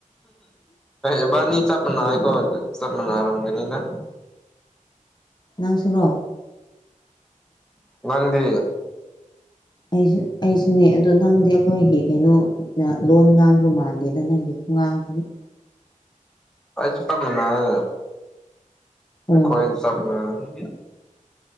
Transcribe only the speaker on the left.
ꯅꯪꯁꯨꯔꯣ
ꯑꯩꯁꯨ ꯑꯩꯁꯨꯅꯦ ꯑꯗꯣ ꯅꯪꯗꯤ ꯑꯩꯈꯣꯏꯒꯤ ꯀꯩꯅꯣ ꯂꯣꯟ ꯉꯥꯡꯕ ꯃꯥꯟꯗꯦꯗ ꯅꯪꯗꯤ꯫ ꯋꯥꯉꯥꯡ <unintelligible>
ꯎꯝ